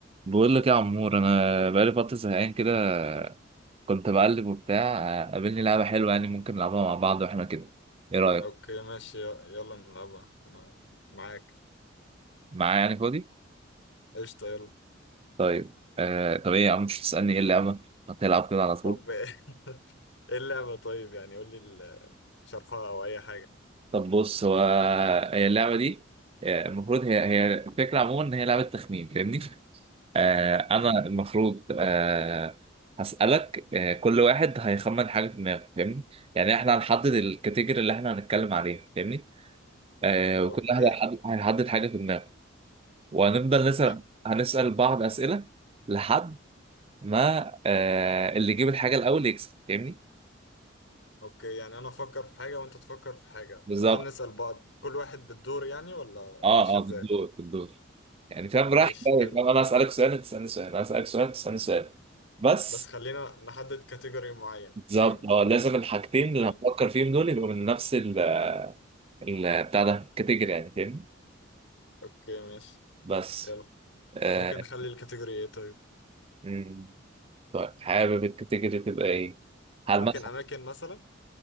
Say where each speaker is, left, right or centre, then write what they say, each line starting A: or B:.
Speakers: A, on the right; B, on the left.
A: بقول لك يا عمور انا بقالي فتره زهقان كده كنت بقلب وبتاع قابلني لعبه حلوه يعني ممكن نلعبها مع بعض واحنا كده ايه رايك
B: اوكي ماشي ي- يلا نلعبها انا معاك
A: معايا يعني فاضي
B: قشطة يلا
A: طيب آه طب ايه يا عم مش تسالني ايه اللعبه هتلعب كده على طول
B: طب <laughs> ايه اللعبة طيب يعني قول لي ال- شرحها او اي حاجة
A: طب بص هو هي اللعبه دي آه، المفروض هي هي الفكره عموما ان هي لعبه تخمين فاهمني آه انا
B: أوك-
A: المفروض آه هسالك آه كل واحد هيخمن حاجه في دماغه فاهمني يعني احنا هنحدد الكاتيجوري اللي احنا هنتكلم عليها فاهمني آه، وكل
B: اوكي
A: واحد هيحد- هيحدد حاجة في دماغه وهنفضل نسأل
B: يعني
A: هنسأل بعض أسئلة لحد ما آه، اللي يجيب الحاجة الأول يكسب فاهمني؟
B: اوكي يعني انا افكر في حاجة وانت تفكر في حاجة
A: بالظبط
B: ونقعد نسأل بعض كل واحد بالدور يعني ولا
A: اه
B: ماشية
A: اه
B: ازاي
A: بالدور بالدور يعني فاهم
B: ماشي
A: راح جاي
B: حلو
A: فاهم أنا أسألك سؤال أنت تسألني سؤال أنا أسألك سؤال أنت تسألني سؤال بس
B: بس خلينا نحدد كاتيجوري معين
A: بالظبط
B: فاهم
A: اه لازم الحاجتين
B: امم
A: اللي هنفكر فيهم دول يبقوا من نفس ال ال- بتاع ده الكاتيجوري يعني فاهمني؟
B: اوكي ماشي
A: بس
B: يلا
A: آه
B: ممكن نخلي الكاتيجوري ايه طيب
A: مم. طيب حابب الكاتيجوري تبقى إيه؟ هل
B: ممكن
A: مثلا
B: اماكن مثلا